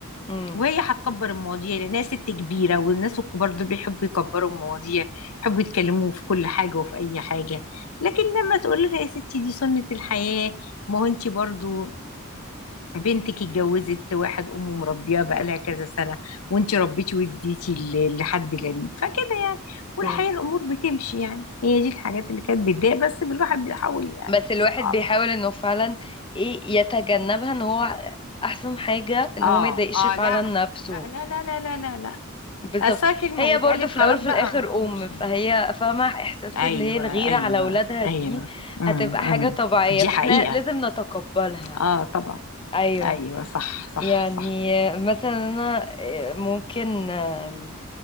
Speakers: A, on the left (about 25°); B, on the left (about 75°).
A: امم
B: وهي هتكبر المواضيع لأنها ست كبيرة والناس الكبار دول بيحبوا يكبروا المواضيع يحبوا يتكلموا في كل حاجة وفي أي حاجة لكن لما تقول لها يا ستي دي سنة الحياة ما هو أنت برضو بنتك اتجوزت واحد أمه مربياه بقالها كذا سنة وأنت ربيتي واديتي ل- لحد غريب فكده يعني والحقيقة
A: امم
B: الأمور بتمشي يعني هي دي الحاجات اللي كانت بتضايق بس الواحد بيحاول يعني
A: بس
B: يمسك
A: الواحد
B: أعصابه
A: بيحاول انه فعلا ايه يتجنبها ان هو احسن حاجة ان
B: اه
A: هو ما يضايقش
B: اه
A: فعلا
B: لا احسن
A: نفسه
B: لا لا لا لا لا لا لا
A: بالظبط
B: أصل كلمة
A: هي
B: واتقالت
A: برضو في
B: خلاص
A: الاول وفي
B: بقى
A: الاخر
B: مش
A: ام فهي فاهمه احساس
B: ايوه
A: اللي هي الغيره
B: ايوه
A: على اولادها دي
B: ايوه امم
A: هتبقى حاجه
B: امم
A: طبيعيه
B: دي
A: فاحنا
B: حقيقة
A: لازم نتقبلها
B: اه طبعا
A: ايوه
B: ايوه صح صح
A: يعني
B: صح
A: مثلا انا آه، ممكن آم،